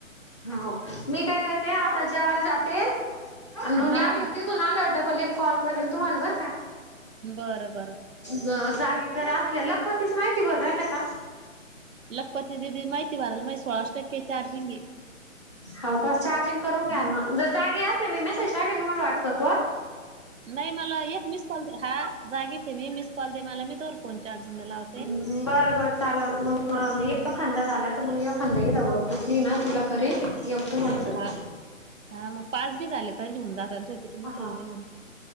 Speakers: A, on the left; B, on the right.
A: हो मी काय करते आता जेवाला जाते अन
B: हा
A: मग लागल
B: हा
A: ती अजून आल्यावर डबल एक कॉल करीन तुम्हाला बरं का.
B: बरं बरं.
A: ज जागी जरा असल्या लगपतीस माहिती भर राहिल्या का?
B: लगपती दिदी माहिती भराल माइ सोळाश टक्के चार्जिंग गे.
A: हाव काश चार्जिंग करून घ्या
B: हम्म.
A: नं मग जर जागी असेन मी मेसेज टाकेन तुम्हाला व्हॉट्सअप कर.
B: नाही मला एक मिस कॉल दे हा जागीचे मी मिस कॉल दे मला मी चोर फोन चार्जिंगला लाव.
A: हम्म बरं बरं चालल मग यखांदा
B: हम्म.
A: झालात. तर मग याखांदा हीदव पूतनी ना तिला करे या <unintelligible> करे.
B: हा हा मग पाच बी झाले तरी हुन जातात त किती
A: हा
B: मोठे
A: हा
B: उरल.